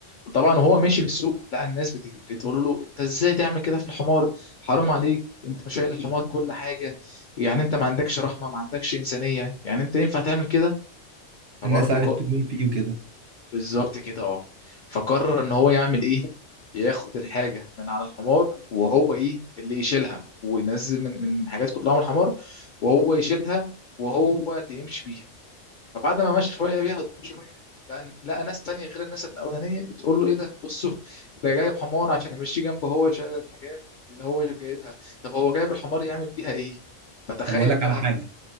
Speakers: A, on the left; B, on the right.
A: وطبعا وهو ماشي في السوق لقى الناس بت- بتقول له انت ازاي تعمل كده في الحمار حرام عليك انت مش شايل الحمار كل حاجه يعني انت ما عندكش رحمه ما عندكش انسانيه يعني انت ينفع تعمل كده فبرضه
B: الناس عرفت مين فيه وكده
A: بالظبط كده اه فقرر ان هو يعمل ايه ياخد الحاجه من على الحمار وهو ايه اللي يشيلها وينزل من من الحاجات كلها من الحمار وهو يشيلها وهو اللي يمشي بيها فبعد ما مشى شويه بيها قدام شويه لقى لقى ناس تانية غير الناس الاولانيه بتقول له ايه ده بصوا ده جايب حمار عشان يمشي جنبه هو شايل الحاجات اللي هو جايبها طب هو جايب الحمار يعمل بيها ايه فتخيل
B: طب أقول لك
A: بقى
B: على حاجة